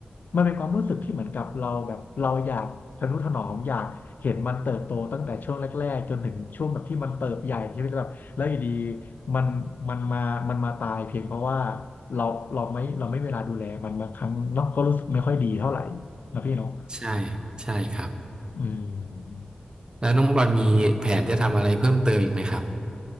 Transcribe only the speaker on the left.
มันเป็นความรู้สึกที่เหมือนกับเราแบบเราอยากทะนุถนอมอยากเห็นมันเติบโตตั้งแต่ช่วงแรกๆจนถึงช่วงแบบที่มันเติบใหญ่ใช่ไหมแบบแล้วอยู่ดีมันมันมามันมาตายเพียงเพราะว่าเราเราไม่เราไม่เวลาดูแลมันบางครั้งเนาะก็รู้สึกไม่ค่อยดีเท่าไหร่นะพี่เนาะ
อืม